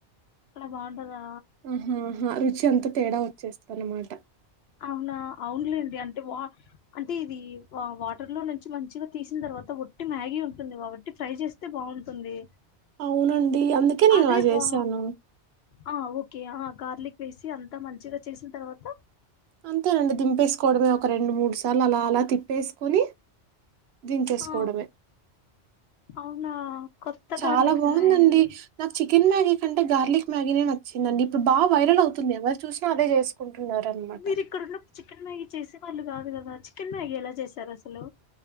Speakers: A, on the left (about 65°); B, on the right (about 70°).
A: అక్కడ బాగుంటదా
B: ఆహాహా రుచి అంతా తేడా వచ్చేస్త అన్నమాట
A: అవునా అవునులేండి అంటే వా అంటే ఇది వాటర్ లో నుంచి మంచిగా తీసిన తర్వాత ఒట్టి మ్యాగీ ఉంటుందిబట్టి ఫ్రై చేస్తే బాగుంటుంది
B: అవునండి అందుకే నేను
A: అదే
B: ఇలా చేసాను
A: వా ఆ ఓకే ఆ గార్లిక్ వేసి అంతా మంచిగా చేసిన తర్వాత
B: అంతేనండి దింపేసుకోవడమే ఒక రెండు మూడు సార్లు అలా అలా తిప్పేసుకొని దించేసుకోవడమే
A: ఆ అవునా కొత్త
B: చాలా
A: గార్లిక్
B: బాగుందండి
A: మ్యాగీ
B: నాకు చి చికెన్ మ్యాగీ కంటే గార్లిక్ మ్యాగీ నే నచ్చిందండి ఇప్పుడు బా వైరల్ అవుతుంది ఎవరు చూసినా అదే చేసుకుంటున్నారు అన్నమాట
A: మీరు ఇక్కడున్నప్పుడు చికెన్ మ్యాగీ చేసే వాళ్ళు కాదు కదా చికెన్ మ్యాగీ ఎలా చేశారు అసలు